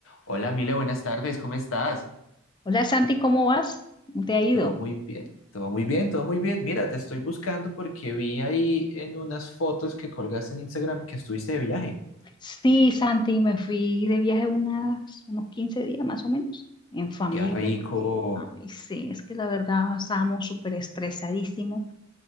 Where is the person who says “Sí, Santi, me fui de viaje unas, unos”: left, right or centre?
Left